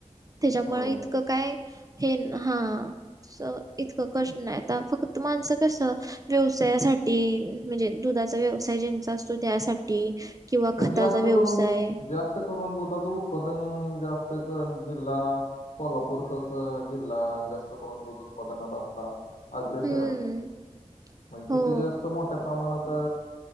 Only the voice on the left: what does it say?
होय.
पण
जास्त
करून जास्त करून दुधाचं उत्पादन जास्तिचं जिल्हा कोल्हापूरचाच अ जिल्हा, जास्त करून दूध उत्पादनात आता अग्रेसराय.
म्हणजे
तिथे जास्त मोठ्या प्रमाणात,